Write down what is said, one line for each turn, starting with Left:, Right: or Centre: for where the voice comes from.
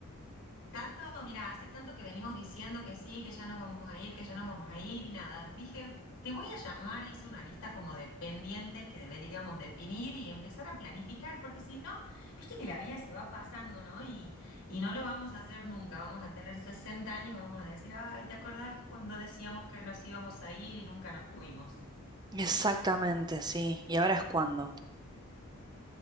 Left: Tanto, mira, hace tanto que venimos diciendo que sí, que ya nos vamos a ir, que ya nos vamos a ir y nada. Dije, te voy a llamar, hice una lista como de pendientes que deberíamos definir y empezar a planificar, porque si no, viste que la vida se va pasando, ¿no? Y, y no lo vamos a hacer nunca. Vamos a tener 60 años y vamos a decir, ay, ¿te acordás cuando decíamos que nos íbamos a ir y nunca nos fuimos?
Right: Exactamente, sí. ¿Y ahora es cuándo?